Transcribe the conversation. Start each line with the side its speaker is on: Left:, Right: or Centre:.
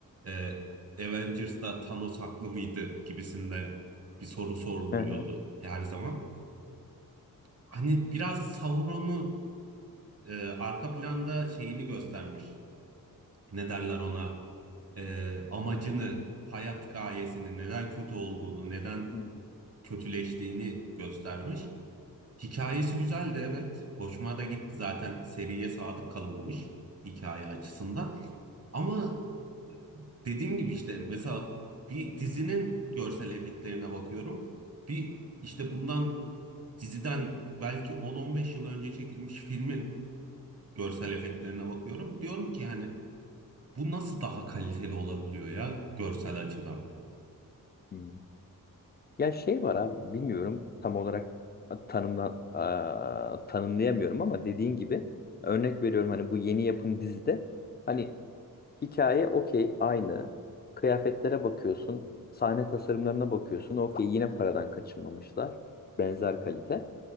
Right: e, Avengers'da Thanos haklı mıydı gibisinde bir soru soruluyordu
Left: Hı hı.
Right: her zaman. Hani biraz Sauron'u e, arka planda şeyini göstermiş. Ne derler ona? E, amacını, hayat gayesini, neden kötü olduğunu, neden
Left: Hı hı.
Right: kötüleştiğini göstermiş. Hikayesi güzel de evet. Hoşuma da gitti zaten seriye sadık kalınmış hikaye açısından. Ama e, dediğim gibi işte mesela bir dizinin görsel efektlerine bakıyorum. Bir işte bundan diziden belki 10-15 yıl önce çekilmiş filmin görsel efektlerine bakıyorum. Diyorum ki hani bu nasıl daha kaliteli olabiliyor ya görsel açıdan?
Left: Hı. Ya şey var abi bilmiyorum tam olarak tanımla, a- tanımlayamıyorum ama dediğin gibi örnek veriyorum hani bu yeni yapım dizide hani hikaye okey aynı kıyafetlere bakıyorsun sahne tasarımlarına bakıyorsun okey yine paradan kaçınmamışlar benzer kalite